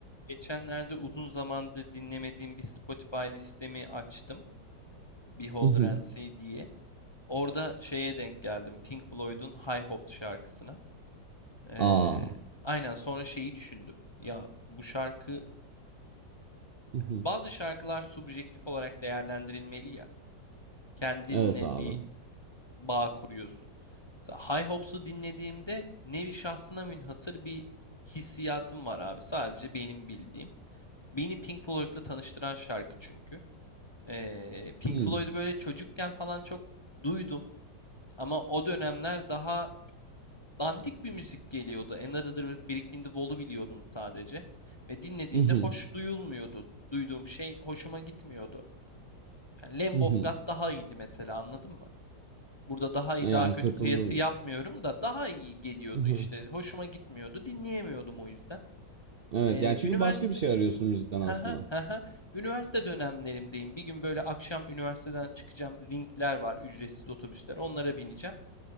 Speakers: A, on the left; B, on the right.
A: Geçenlerde uzun zamandır dinlemediğim bir Spotify listemi açtım. Beholder
B: Mhm.
A: and See diye. Orada şeye denk geldim. Pink Floyd'un High Hopes şarkısına. Ee,
B: Aa.
A: aynen sonra şeyi düşündüm. Ya bu şarkı,
B: Mhm.
A: bazı şarkılar subjektif olarak değerlendirilmeli ya. Kendinle
B: Evet abi.
A: bir bağ kuruyorsun. Mesela High Hopes'u dinlediğimde nevi şahsına münhasır bir hissiyatım var abi. Sadece benim bildiğim. Beni Pink Floyd'la tanıştıran şarkı çünkü. Ee, Pink
B: Hmm.
A: Floyd'u böyle çocukken falan çok duydum ama o dönemler daha dandik bir müzik geliyordu. Another Brick in the Wall'u biliyordum sadece ve dinlediğimde
B: Mhm.
A: hoş duyulmuyordu. Duyduğum şey hoşuma gitmiyordu. Yani Lamb
B: Mhm.
A: of God daha iyiydi mesela anladın mı? Burada daha iyi
B: Yani
A: daha kötü
B: katıldım.
A: kıyası yapmıyorum da daha iyi geliyordu
B: Mhm.
A: işte. Hoşuma gitmiyordu dinleyemiyordum o yüzden.
B: Evet
A: Ee,
B: yani çünkü
A: üniversite
B: başka bir şey arıyorsun müzikten aslında.
A: Hı hı, hı hı. Üniversite dönemlerimdeyim. Bir gün böyle akşam üniversiteden çıkacağım. Ringler var, ücretsiz otobüsler. Onlara bineceğim.